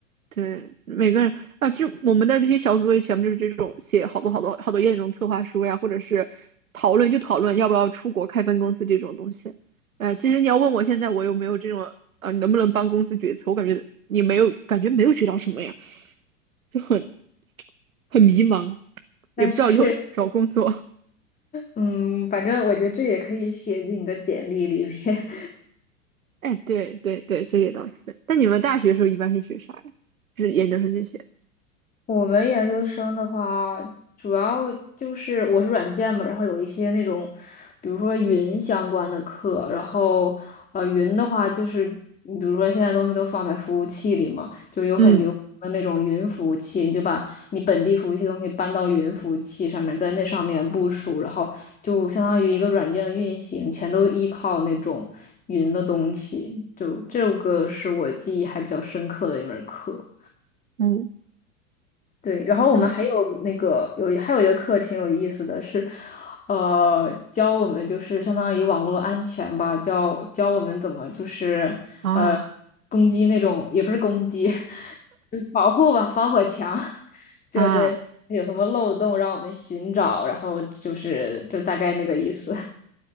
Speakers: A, on the right (about 80°); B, on the left (about 20°).
A: 对，每个人啊，就我们的这些小组作业全部就是这种写好多好多好多页那种策划书呀，或者是讨论就讨论要不要出国开分公司这种东西。呃，其实你要问我现在我有没有这种啊，能不能帮公司决策，我感觉你没有，感觉没有学到什么呀，就很很迷茫，
B: 但是，
A: 也不知道以后找工作。
B: 嗯，反正我觉得这也可以写进你的简历里边。
A: <laughs> 哎，对对对，这也倒是。但你们大学的时候一般是学啥呀？就是研究生这些？
B: 我们研究生的话，主要就是我是软件嘛，然后有一些那种，比如说云相关的课，然后呃，云的话就是，你比如说现在东西都放在服务器里嘛，就有很流行的那种云服务器，
A: 嗯
B: 你就把你本地服务器的东西搬到云服务器上面，在那上面部署，然后就相当于一个软件的运行，全都依靠那种云的东西，就这个是我记忆还比较深刻的一门课。
A: 嗯，
B: 对，然后我们还有那个有还有一个课挺有意思的是，
A: 那
B: 呃，教我们就是相当于网络安全吧，教教我们怎么就是呃
A: 啊
B: 攻击那种也不是攻击，<laughs> 就是保护吧，防火墙，<laughs> 就对，
A: 啊。
B: 有什么漏洞让我们寻找，然后就是就大概那个意思。